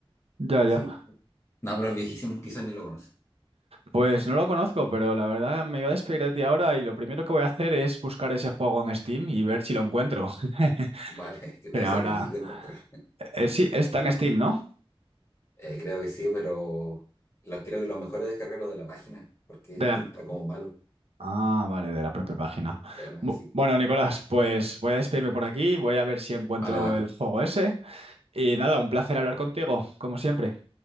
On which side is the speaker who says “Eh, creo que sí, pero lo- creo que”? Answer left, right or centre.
Left